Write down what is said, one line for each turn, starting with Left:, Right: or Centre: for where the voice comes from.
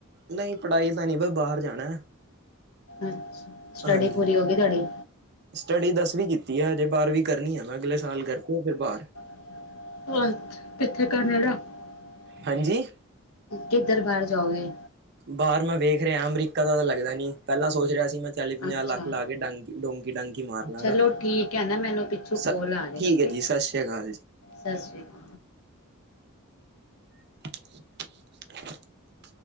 Right: ਨਹੀਂ, ਪੜ੍ਹਾਈ ਤਾਂ ਨਹੀਂ, ਬ ਬਾਹਰ ਜਾਣਾ
Left: ਅੱਛਾ, ਸਟੱਡੀ
Right: ਹਾਂਜੀ
Left: ਪੂਰੀ ਹੋ ਗਈ ਤੁਹਾਡੀ?
Right: ਸਟੱਡੀ ਦਸਵੀ ਕੀਤੀ ਹੈ ਹਜੇ, ਬਾਰਵੀ ਕਰਨੀ ਹੈ, ਮੈਂ ਅਗਲੇ ਸਾਲ ਕਰਕੇ ਫਿਰ ਬਾਹਰ
Left: <unintelligible>
Right: ਹਾਂਜੀ।
Left: ਕਿੱਧਰ ਬਾਹਰ ਜਾਓਗੇ?
Right: ਬਾਹਰ ਮੈਂ ਵੇਖ ਰਿਹਾ, ਅਮਰੀਕਾ ਦਾ ਤਾਂ ਲੱਗਦਾ ਨੀ, ਪਹਿਲਾ ਸੋਚ ਰਿਹਾ ਸੀ, ਮੈਂ ਚਾਲੀ, ਪੰਜਾਹ
Left: ਅੱਛਾ
Right: ਲੱਖ ਲਾ ਕੇ, ਡਾਂਗੀ ਡੋਂਕੀ ਡਾਂਕੀ ਮਾਰ ਲਵਾਂਗਾ,
Left: ਚਲੋ ਠੀਕ ਹੈ ਨਾ ਮੈਨੂੰ ਪਿੱਛੋਂ
Right: ਸ
Left: ਕੋਲ ਆ ਰਿਹਾ
Right: ਠੀਕ
Left: ਓਕੇ
Right: ਹੈ ਜੀ ਸਤ ਸ਼੍ਰੀ ਅਕਾਲ ਜੀ।
Left: ਸਤਿ ਸ਼੍ਰੀ ਅਕਾਲ।
Right: <inaudible>